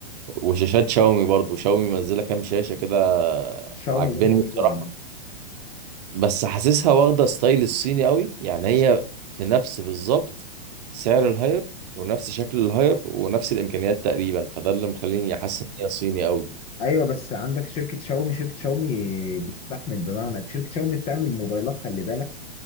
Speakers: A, on the right (about 40°); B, on the left (about 20°).
A: وشاشات شاومي برضو شاومي منزلة كام شاشة كده
B: شاومي
A: عاجبني
B: برضه حلوه
A: بصراحة
B: عامه
A: بس حاسسها واخدة ستايل الصيني قوي يعني هي في نفس بالظبط سعر الهاير ونفس شكل الهاير ونفس الإمكانيات تقريبا فده اللي مخليني حاسس إن هي صيني قوي
B: ايوه بس عندك شركه شاومي شركه شاومي بتستحمل بمعنى شركه شاومي بتعمل موبايلات خلي بالك